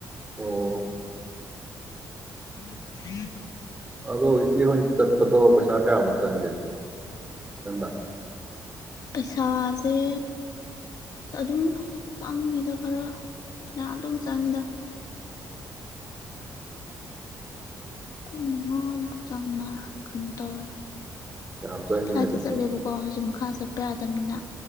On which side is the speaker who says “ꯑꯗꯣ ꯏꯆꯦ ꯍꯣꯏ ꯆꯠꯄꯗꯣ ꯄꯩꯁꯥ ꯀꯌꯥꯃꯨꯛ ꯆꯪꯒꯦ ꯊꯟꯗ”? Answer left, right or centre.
Right